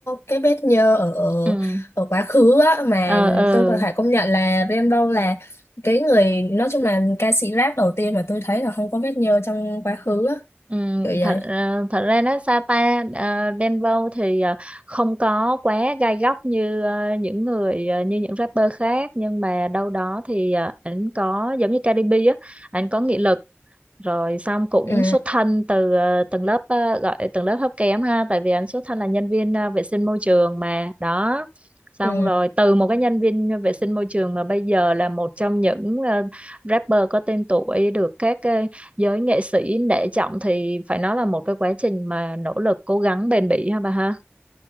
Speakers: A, on the left; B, on the right.
A: cái vết nhơ ở ở
B: ừ
A: ở quá khứ á, mà
B: ờ ờ
A: tôi còn phải công nhận là Rainbow là cái người, nói chung là ca sĩ rap đầu tiên mà tôi thấy là không có vết nhơ trong quá khứ á,
B: Ừ,
A: kiểu
B: thật
A: vậy.
B: ờ, thật ra nó Sapa ờ, Denver thì ờ, không có quá gai góc như ờ, những người ờ, như những rapper khác nhưng mà đâu đó thì ờ, ảnh có giống như Cardi B á ảnh có nghị lực rồi xong cũng
A: Ừ,
B: xuất thân từ ờ, tầng lớp ờ, gọi tầng lớp thấp kém ha tại vì anh xuất thân là nhân viên ờ, vệ sinh môi trường mà đó xong
A: ừ.
B: rồi từ một cái nhân viên vệ sinh môi trường mà bây giờ là một trong những ờ, rapper có tên tuổi được các ờ, giới nghệ sĩ nể trọng thì phải nói là một cái quá trình mà nỗ lực cố gắng bền bỉ ha bà ha